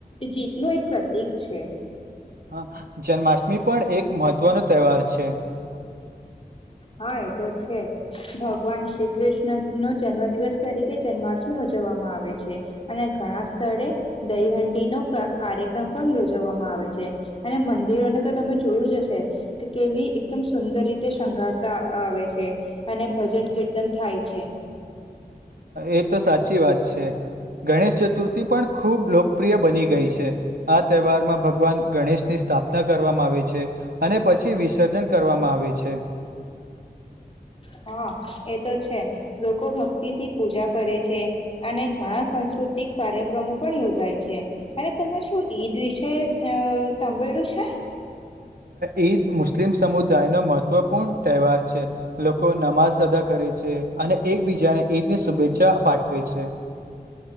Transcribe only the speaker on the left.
જીતનું એક પ્રતિક છે.
હા એ તો છે ભગવાન શ્રી કૃષ્ણ નો જન્મ દિવસ તરીકે જન્માષ્ટમી ઉજવવામાં આવે છે અને ઘણા સ્થળે દહીહંડીનોો કાર્યક્રમ પણ યોજવવામાં આવે છે અને મંદિરોને તો તમે જોયું જ હશે કે કેવી એકદમ સુંદર રીતે શંગાર. આવે છે અને ભજન કીર્તન થાય છે.
હા એ તો છે લોકો ભક્તિથી પૂજા કરે છે અને ઘણા સાસ્કૃતિક કાર્યક્રમો પણ યોજાય છે અને તમે શું ઈદ વિશે અ સાંભળ્યું છે.